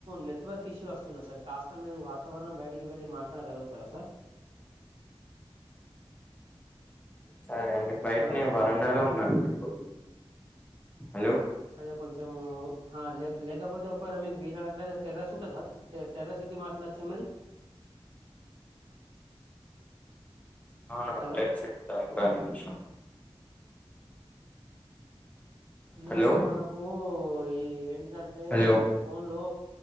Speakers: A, on the right; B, on the left.
A: నెట్వర్క్ ఇష్యూ వస్తుంది సార్ కాస్త మీరు వాతావరణం బయటికి వెళ్ళి మా ట్లాడ కలుగుతారా సార్
B: ఇ సరే అండి బయటనే
A: హలో
B: వరండాలో ఉన్నాను. నేను ఇప్పుడు హలో
A: అదే కొంచెము లే లేకపోతే ఒకవేళ మీకు వీలు కనట్లయితే టెర్రస్ ఉంటంది. క టెర్రస్ ఎక్కి మాట్లాడచ్చా మీరు
B: అవును
A: హలో
B: టెర్రస్ ఎక్కుత ఒక్క నిమిషం
A: ఎందుకంటే
B: హలో
A: మనకు ఈ ఏంటదంటే
B: హలో
A: ఫోన్లో